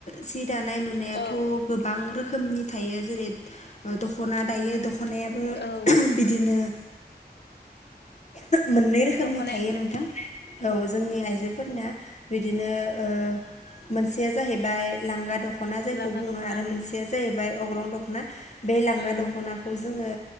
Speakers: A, on the left; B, on the left.
A: सि दानाय लुनायाथ'
B: औ
A: गोबां रोखोमनि थायो। जेरै ओ दख'ना दायो दख खनायाबो
B: औ
A: बिदिनो मोननै रोखोमनि
B: दख'नाया
A: थायो
B: उम
A: नोंथां। औ जोंनि आइजोफोरना। बिदिनो ओ मोनसेया जाहैबाय लांगा दख ख'ना जायखौ
B: लागा
A: बुंङो।
B: दख'ना
A: आरो
B: उम
A: मोनसेया जाहैबाय अग्रं दख'ना बे लांगा
B: उम
A: दख'नाखौ जोंङो।